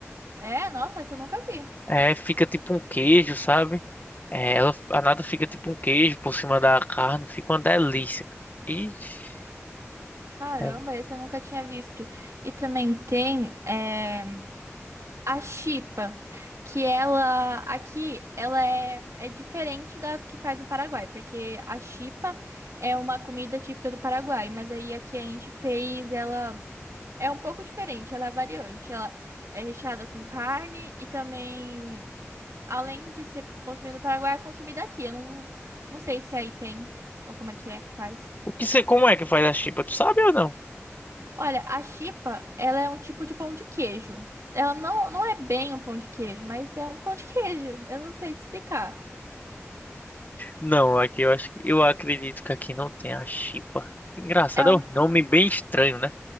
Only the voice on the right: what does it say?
É, nossa, essa eu nunca vi.
Caramba,
esse eu nunca tinha visto. E também tem. é, A chipa, que ela aqui, ela é, é diferente das que faz no Paraguai, porque a chipa é uma comida típica do Paraguai, mas aí aqui a gente fez ela é um pouco diferente, ela é variante, ela é recheada com carne e também além de ser consumida no Paraguai, é consumida aqui. Eu não, não sei se aí tem ou como é que é que faz.
Olha, a chipa, ela é um tipo de pão de queijo. Ela não, não é bem um pão de queijo, mas é um pão de queijo. Eu não sei te explicar.
É um,